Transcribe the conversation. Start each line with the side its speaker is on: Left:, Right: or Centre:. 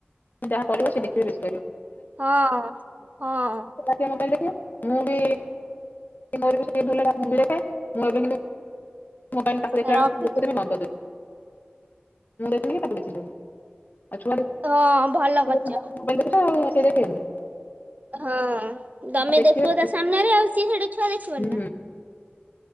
Left: ଯାହା କରିବ ସେ ଦେଖିବ ବେଶି କରିବ।
Right: ହଁ ହଁ।
Left: ସେ ମୋବାଇଲ ଦେଖିବ। ମୁଁ ବି ମୋର ବି ସେତବେଳେ ଭୁଲ୍ ରହିଲା ମୁଁ ମୋବାଇଲ ଦେଖେ। ମୁଁ ଏବେ କିନ୍ତୁ ମୋବାଇଲ ତାକୁ
Right: ତାର
Left: ଦେଖିଲା ବେଳକୁ
Right: ଅଭ୍ୟାସ
Left: <unintelligible> ବନ୍ଦ କରିଦିଏ। ମୁଁ ଦେଖିବିନି ନା ତାକୁ ଦେଖେଇ ଦେବିନି। ଆଉ ଛୁଆଟେ
Right: ହଁ ଭଲ
Left: <unintelligible>
Right: କରିଛ
Left: ମୋବାଇଲ ଦେଖୁଚୁ ସିଏ ଦେଖିବନି।
Right: ହଁ ତମେ
Left: ଦେଖିବେ
Right: ଦେଖିବ ତା ସାମ୍ନାରେ ଆଉ। ସିଏ ସେଇଟା ଛୁଆ ଦେଖିବନି
Left: ହୁଁ
Right: ନା।